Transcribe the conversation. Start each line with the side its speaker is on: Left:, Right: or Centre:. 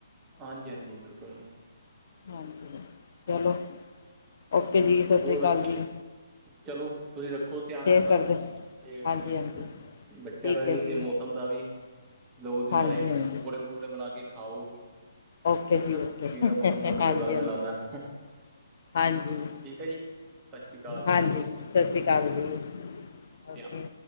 Right: ਹਾਂਜੀ ਹਾਂਜੀ ਬਿਲਕੁਲ।
Left: ਹਾਂਜੀ ਚਲੋ ਔਕੇ ਜੀ। ਸਤਿ ਸ਼੍ਰੀ
Right: ਹੋਰ
Left: ਅਕਾਲ ਜੀ।
Right: ਚਲੋ ਤੁਸੀਂ ਰੱਖੋ ਧਿਆਨ
Left: ਫੇਰ
Right: ਅਪਣਾ
Left: ਕਰਦੇ
Right: ਤੇ
Left: ਹਾਂਜੀ
Right: ਫੇਰ
Left: ਹਾਂਜੀ
Right: ਫੇਰ ਬੱਚਿਆਂ
Left: ਠੀਕ
Right: ਦਾ ਵੀ
Left: ਹੈ
Right: ਤੇ
Left: ਜੀ
Right: ਮੌਸਮ ਦਾ ਵੀ ਲੋ ਨਜ਼ਾਰੇ।
Left: ਹਾਂਜੀ ਹਾਂਜੀ
Right: ਪਕੋੜੇ ਬਣਾ ਕੇ ਖਾਓ।
Left: ਓਕੇ
Right: ਕੀ ਹੈ
Left: ਜੀ
Right: ਨਾ।
Left: ਓਕੇ
Right: ਵੀ ਮੀਂਹ ਦਾ ਮੌਸਮ ਹੋਣ ਲੱਗਿਆ
Left: ਹਾਂਜੀ
Right: ਦੁਬਾਰਾ ਮੈਂਨੂੰ
Left: ਹਾਂਜੀ
Right: ਲੱਗਦਾ।
Left: ਹਾਂਜੀ
Right: ਠੀਕ ਹੈ ਜੀ ਸਤਿ ਸ਼੍ਰੀ ਅਕਾਲ ਜੀ
Left: ਹਾਂਜੀ,
Right: ਓਕੇ
Left: ਸਤਿ ਸ਼੍ਰੀ ਅਕਾਲ ਜੀ।
Right: ਧਿਆਨ
Left: ਔਕੇ